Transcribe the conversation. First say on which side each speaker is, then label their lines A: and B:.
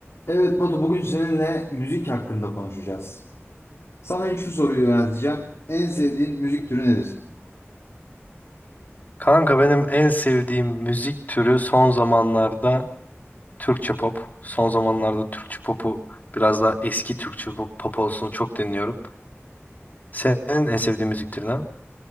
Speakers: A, on the left (about 75°); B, on the left (about 40°).
A: Evet Batu bugün seninle müzik hakkında konuşacağız. Sana ilk şu soruyu yönelteceğim. En sevdiğin müzik türü nedir?
B: Kanka benim en sevdiğim müzik türü son zamanlarda Türkçe pop. Son zamanlarda Türkçe popu biraz daha eski Türkçe pop, pop olsun çok dinliyorum. Senin en sevdiğin müzik türü ne?